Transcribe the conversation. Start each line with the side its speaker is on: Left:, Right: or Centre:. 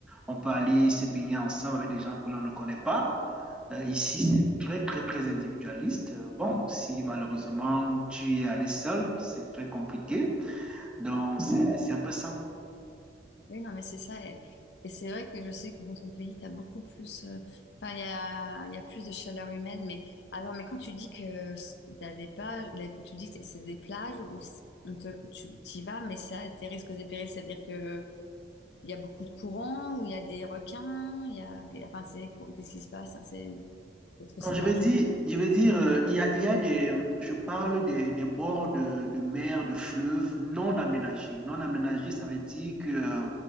Centre: on peut aller se baigner ensemble avec des gens que l'on ne connaît pas. Euh, ici, c'est très, très, très individualiste. Euh, Bon, si malheureusement tu es allé seul, c'est très compliqué. Donc, c'est c'est un peu ça.
Left: Oui, non, mais c'est ça. Et, et c'est vrai que je sais que dans ton pays, tu as beaucoup plus. euh, Enfin, il y a, il y a plus de chaleur humaine. Mais alors, mais quand tu dis que tu as des plages, les- tu dis que c'est des plages où c- on te, tu y vas, mais ça a tes risques et périls. C'est-à-dire que il y a beaucoup de courants, où il y a des requins, il y a. Enfin, c'est. Qu'est-ce qui se passe? hein, C'est, est-ce que c'est
Centre: Non, je
Left: dangereux?
Centre: vais dire, je vais dire, euh, il y a, il y a des, je parle des, des bords de, de mer, de fleuves non aménagés. Non aménagés, ça veut dire que, euh,